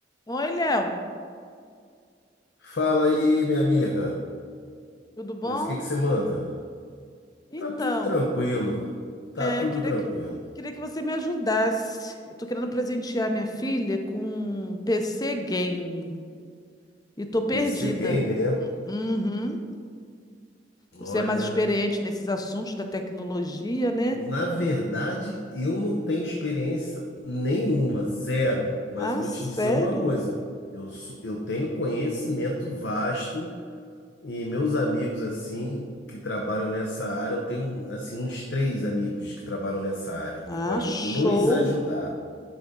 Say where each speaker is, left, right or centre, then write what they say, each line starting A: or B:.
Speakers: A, on the left; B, on the left.
A: Oi, Léo,
B: Fala aí, minha amiga.
A: tudo bom?
B: O que que você manda?
A: Então,
B: Tá tudo tranquilo. Tá
A: é,
B: tudo
A: eu queria
B: tranquilo.
A: que, vo- queria que você me ajudasse. Eu tô querendo presentear minha filha com um PC game e tô perdida.
B: PC Game, né?
A: Hum, Uhum.
B: Olha,
A: Você é mais experiente nesses assuntos da tecnologia, né?
B: na verdade, eu não tenho experiência nenhuma, zero. Mas
A: Ah,
B: eu vou
A: sério?
B: te dizer uma coisa. Eu, sou- eu tenho conhecimento vasto e meus amigos, assim, que trabalham nessa área, eu tenho, assim, uns três amigos que trabalham nessa área,
A: Ah,
B: que podem
A: show!
B: nos ajudar.